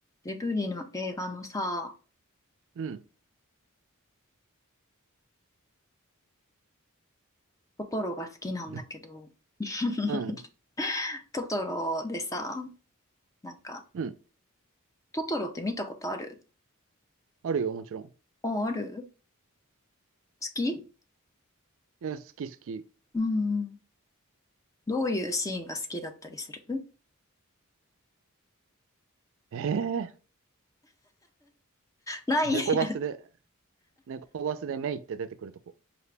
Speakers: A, on the left (about 15°); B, on the right (about 60°).
A: ジブリの映画のさ、
B: うん。
A: トトロが好きなんだけど、
B: <laughs>
A: <laughs>
B: うん。
A: トトロでさ、なんか、
B: うん。
A: トトロって見たことある
B: あるよ、もちろん。
A: あ、ある好き
B: いや、好き好き。
A: うん。どういうシーンが好きだったりする
B: ええ
A: ない、
B: ー、猫バスで、
A: いやいや、
B: 猫バスでメイって出てくるとこ。